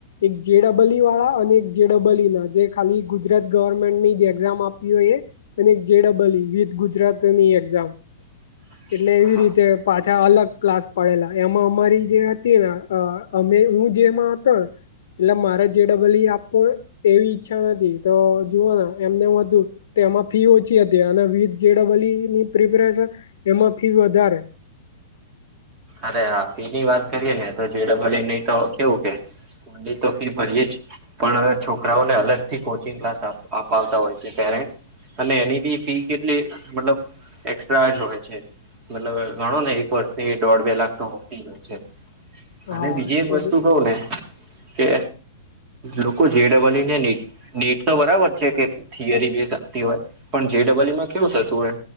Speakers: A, on the left; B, on the right.
A: એક જે ડબલ ઈ વાળા અને એક જે ડબલ ઈ ના જે ખાલી ગુજરાત ગવર્મેન્ટની જે એક્ઝામ આપવી હોય એ અને એક જેડાબલી વિધ ગુજરાતની એક્ઝામ.
B: <inaudible>
A: એટલે એવી
B: હા
A: રીતે પાછા અલગ ક્લાસ પડેલા એમાં અમારી જે હતી ને અમે હું જેમાં હતો એટલે મારે જે ડબલ આપવું એવી ઈચ્છા નથી તો જુઓના એમને વધુ તો એમાં ફી ઓછી હતી અને વી જે ડબલની પ્રિપરેશન એમાં ફી વધારે.
B: અરે હાપી ની વાત કરીએ ને તો જેડબલ એની તો કેવું કે એ તો ફી ભરયે છે. પણ છોકરાઓને અલગ થી કોચિંગ ક્લાસ અપાવતા હોય છે પેરેન્ટસ. અને એની બી ફી કેટલી મતલબ એક્સ્ટ્રા જ હોય છે. મતલબ ઘણો ને એકર્. દોઢ બે લાખ તો હોતી હોય છે અને
A: હા
B: બીજી એક વસ્તુ
A: એ
B: કઉ ને. કે લોકો જેડબલી ને. ડેટ તો બરાબર છે કે થિયરી બેસ આવતી હોય પણ જેડબલ્યુમાં કેવું થતું હોય.